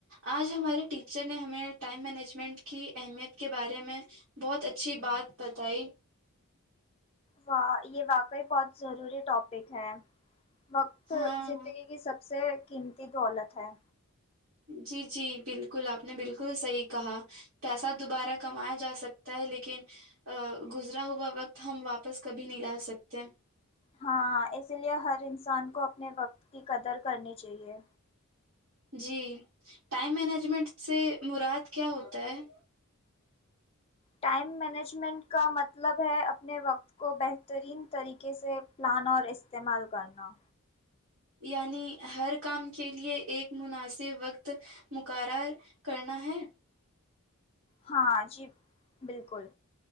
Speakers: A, on the right; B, on the left.
A: آج ہمارے ٹیچر نے ہمیں ٹائم مینجمنٹ کی اہمیت کے بارے میں بہت اچھی بات بتائی
B: واہ یہ واقعی بہت ضروری ٹاپک ہے وقت تو
A: ہاں
B: زندگی کی سب سے قیمتی دولت ہے
A: جی جی بالکل آپ نے بالکل صحیح کہا پیسہ دوبارہ کمایا جا سکتا ہے لیکن گزرا ہوا وقت ہم واپس کبھی نہیں لا سکتے
B: ہاں اسی لیے ہر انسان کو اپنے وقت کی قدر کرنی چاہیے
A: جی ٹائم مینجمنٹ سے مراد کیا ہوتا ہے
B: ٹائم مینجمنٹ کا مطلب ہے اپنے وقت کو بہترین طریقے سے اپنانا اور استعمال کرنا
A: یعنی ہر کام کے لیے ایک مناسب وقت مقرر کرنا ہے
B: ہاں جی بالکل